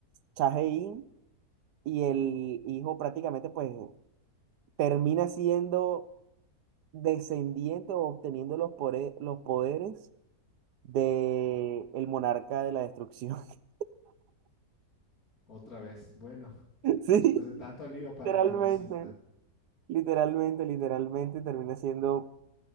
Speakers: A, on the right; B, on the left.
A: Cha in y el hijo prácticamente pues termina siendo descendiente o obteniendo los, pore- los poderes de el monarca de la destrucción. <laughs>
B: Otra vez. Bueno, <laughs>
A: Sí,
B: después de tanto lío para
A: literalmente,
B: que no exista.
A: literalmente, literalmente termina siendo